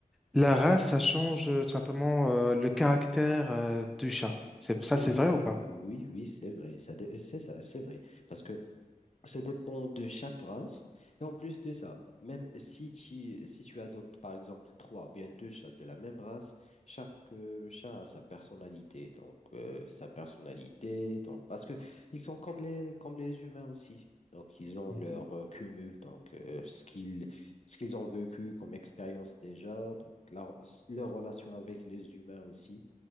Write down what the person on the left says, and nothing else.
Oui,
oui, oui, c'est vrai. Ça, dé- c'est ça, c'est vrai. Parce que ça dépend de chaque race. Et en plus de ça, même si tu, si tu adoptes, par exemple, trois ou bien deux chats de la même race, chaque euh, chat a sa personnalité. Donc, euh, sa personnalité. Donc, parce que ils sont comme les, comme les humains aussi. Donc, ils ont
leur euh, cumul. Donc, euh, ce qu'ils, ce qu'ils ont vécu comme expérience déjà. Donc, leur, leur relation avec les humains aussi.